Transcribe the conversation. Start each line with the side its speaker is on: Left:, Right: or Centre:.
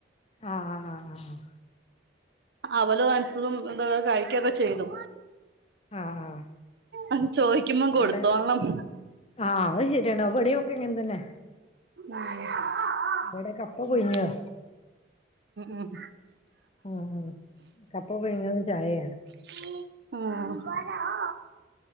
Left: ആഹ് ആഹ് ആഹ്
Right: അവല് നൻച്ചതും ഇതൊക്ക കഴിക്കൊക്കെ ചെയ്തു
Left: ആഹ് ആഹ് ആഹ്
Right: അത് ചോയ്ക്കുമ്പോ
Left: ഇവിടെ
Right: കൊട്ത്തോളണം.
Left: ആഹ് അത് ശരിയണ് ഇവട്യൊക്കെ ഇങ്ങൻ തന്നെ
Right: ഉം
Left: ഇവിടെ കപ്പ പുഴുങ്ങിയതാ
Right: ഉം
Left: ഉം കപ്പ പുഴുങ്ങിതും ചായേണ്.
Right: ആഹ്